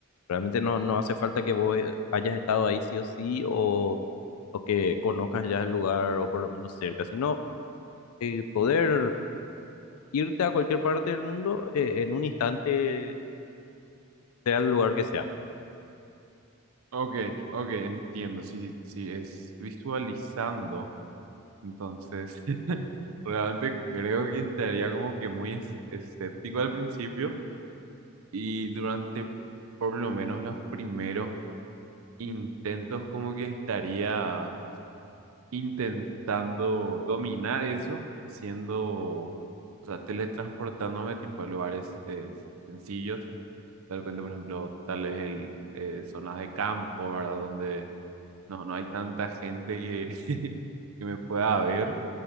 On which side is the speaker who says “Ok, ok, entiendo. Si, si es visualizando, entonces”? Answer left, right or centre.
Right